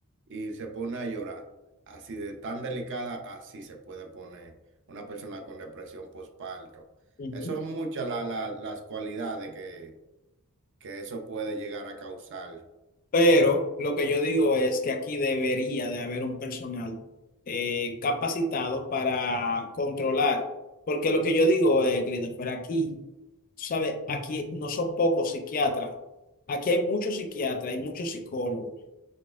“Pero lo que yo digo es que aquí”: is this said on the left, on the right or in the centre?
Left